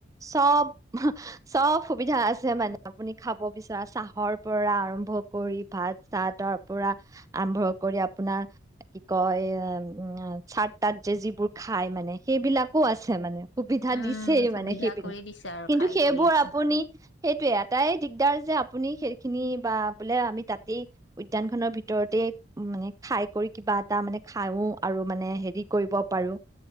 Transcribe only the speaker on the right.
চব চব সুবিধা আছে মানে আপুনি খাব বিচৰা চাহৰ পৰা আৰম্ভ কৰি, ভাত চাতৰ পৰা আম্ভ্ৰ কৰি আপোনাৰ কি কয়, চাত তাত যে, যিবোৰ খাই মানে, সেইবিলাকো আছে মানে। সুবিধা
দিছেই
মানে সেইবিলাক,
কিন্তু
সেইবোৰ
আপুনি সেইটোৱে আ এটা এ দিগদাৰ যে, আপুনি সেইখিনি বা বুলে আমি তাতেই উদ্যানখনৰ ভিতৰতেই মানে খাই কৰি কিবা এটা মানে খাওঁ আৰু মানে হেৰি কৰিব পাৰো,